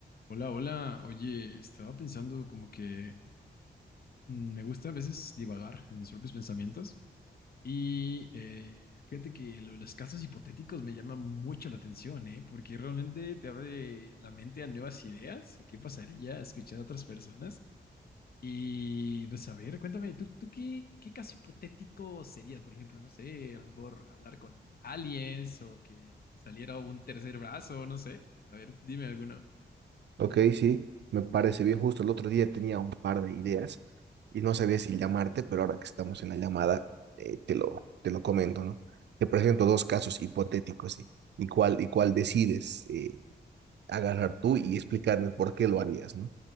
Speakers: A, on the left; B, on the right.
A: Hola, hola. Oye, estaba pensando como que mm, me gusta a veces divagar en mis propios pensamientos y eh, fíjate que lo de los casos hipotéticos me llaman mucho la atención, ¿eh? Porque realmente te abre la mente a nuevas ideas, a qué pasaría a escuchar a otras personas. Y pues a ver, cuéntame, ¿tú, tú qué, qué caso hipotético sería? Por ejemplo, no sé, a lo mejor hablar con aliens o que te saliera un tercer brazo, no sé. A ver, dime alguno.
B: Ok, sí, me parece bien. Justo el otro día tenía un par de ideas y no sabía si llamarte, pero ahora que estamos en la llamada, eh, te lo, te lo comento, ¿no? Te presento dos casos hipotéticos y, y cuál, y cuál decides eh, agarrar tú y explicarme por qué lo harías, ¿no?